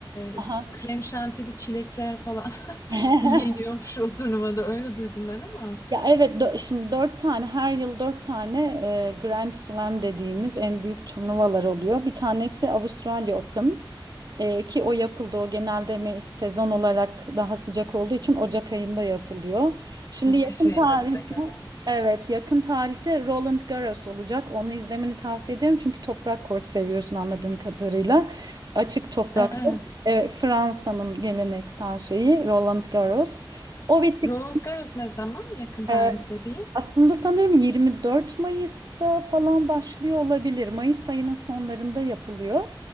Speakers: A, on the right; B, on the left.
A: Aha.
B: e, krem şantili çilekler falan <laughs>
A: <laughs>
B: yeniyormuş o turnuvada öyle duydum ben ama
A: Ya evet dö- şimdi dört tane her yıl dört tane e, Grand Slam dediğimiz en büyük turnuvalar oluyor. Bir tanesi Avustralya Open e, ki o yapıldı. O genelde me- sezon olarak daha sıcak olduğu için Ocak ayında yapılıyor. Şimdi
B: ha,
A: yakın
B: kış ayında
A: tarihte
B: bize göre.
A: evet yakın tarihte Roland Garros olacak. Onu izlemeni tavsiye ederim çünkü toprak kort seviyorsun anladığım kadarıyla. Açık toprak
B: Evet.
A: kort. E, Fransa'nın geleneksel şeyi Roland Garros. O bittik.
B: Roland Garros ne zaman? Yakın tarihte
A: e,
B: değil.
A: aslında sanırım 24 Mayıs'ta falan başlıyor olabilir. Mayıs ayının sonlarında yapılıyor.